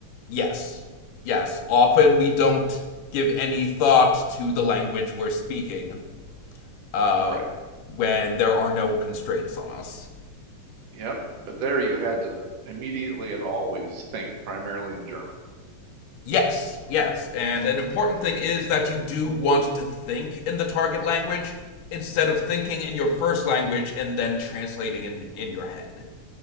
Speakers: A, on the left; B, on the right.
A: Yes, yes. Often we don't give any thought to the language we're speaking uh,
B: Right.
A: when there are no constraints on us.
B: Yep. But there you had to immediately and always think primarily in German.
A: Yes, yes. And an important thing is that you do want to think in the target language instead of thinking in your first language and then translating in, in your head.